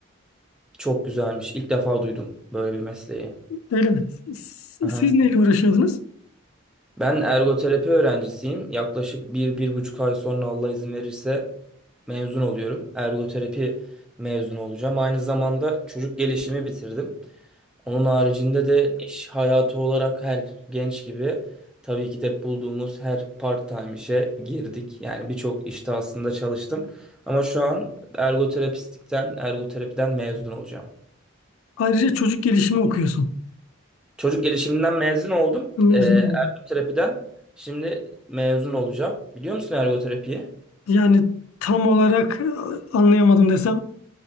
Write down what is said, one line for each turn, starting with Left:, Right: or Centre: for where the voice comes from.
Centre: Çok güzelmiş. İlk defa duydum böyle bir mesleği.
Left: Öyle mi? S-
Centre: Aha.
Left: Siz neyle uğraşıyordunuz?
Centre: Ben ergoterapi öğrencisiyim. Yaklaşık bir, bir buçuk ay sonra Allah izin verirse mezun oluyorum. Ergoterapi mezunu olacağım. Aynı zamanda çocuk gelişimi bitirdim. Onun haricinde de iş hayatı olarak her genç gibi tabii ki de bulduğumuz her part-time işe girdik. Yani birçok işte aslında çalıştım. Ama şu an ergoterapistlikten, ergoterapiden mezun olacağım.
Left: Ayrıca çocuk gelişimi okuyorsun.
Centre: Çocuk gelişiminden mezun oldum.
Left: Mezun
Centre: Ee,
Left: oldum.
Centre: ergoterapiden şimdi mezun olacağım. Biliyor musun ergoterapiyi?
Left: Yani tam olarak e, anlayamadım desem.